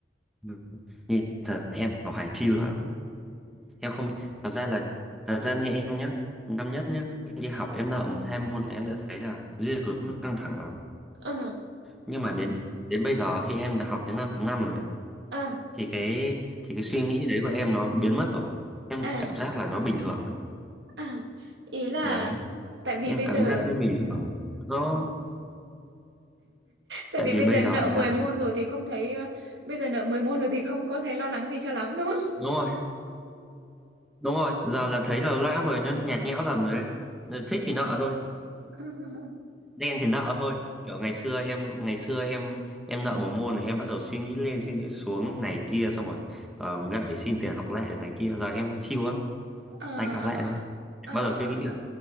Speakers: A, in the centre; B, on the right (about 70°).
A: vâng. nhìn thật em học hành siêu lắm em không thật ra là thật ra như em nhá năm nhất nhá em đi học em nợ một hai môn là em đã thấy là ghê gớm nó căng thẳng lắm
B: Ờ,
A: nhưng mà đến đến bây giờ khi em đã học đến năm năm rồi ấy,
B: à,
A: thì cái thì cái suy nghĩ đấy của em nó biến mất rồi em
B: à
A: cảm giác là nó bình thường lắm
B: <laughs> À, ý là
A: đấy
B: tại vì
A: em
B: bây
A: cảm
B: giờ
A: giác nó bình thường nó
B: tại
A: tại
B: vì
A: vì
B: bây
A: bây
B: giờ
A: giờ
B: nợ
A: làm
B: 10
A: sao
B: môn
A: chị
B: rồi thì không thấy ờ, bây giờ nợ 10 môn rồi thì không có thấy lo lắng gì cho lắm đúng
A: đúng rồi đúng rồi giờ là thấy là lã rồi nó nhạt nhẽo dần rồi đấy Nên thích thì nợ thôi
B: không? <laughs>
A: đen thì nợ thôi kiểu ngày xưa em ngày xưa em em nợ một môn là em bắt đầu suy nghĩ lên suy nghĩ xuống này kia xong rồi ờ, lại phải xin tiền học lại này kia giờ em chill lắm
B: ờ
A: tạch học
B: ờ
A: lại thôi em
B: ờ
A: bắt đầu
B: ờ
A: suy nghĩ rồi